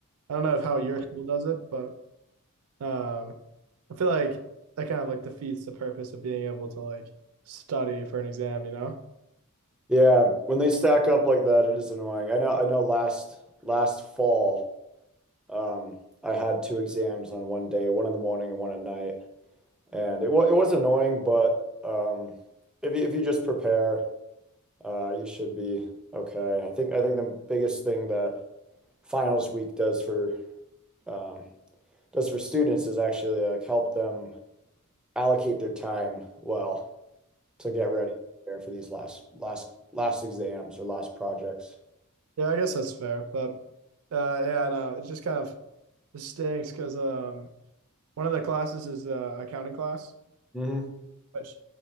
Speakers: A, on the right; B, in the centre.
A: I don't know if how your school does it, but um, I feel like that kind of like defeats the purpose of being able to like study for an exam, you know?
B: Yeah, when they stack up like that, it is annoying. I know, I know last last fall Um, I had two exams on one day, one in the morning and one at night, and it wa it was annoying, but um, if you if you just prepare, uh, you should be okay. I think I think the biggest thing that finals week does for um, does for students is actually like help them allocate their time well to get ready there for these last last last exams or last projects.
A: Yeah, I guess that's fair, but uh, yeah, no, it just kind of it stinks because um, one of the classes is uh, accounting class,
B: hmm
A: which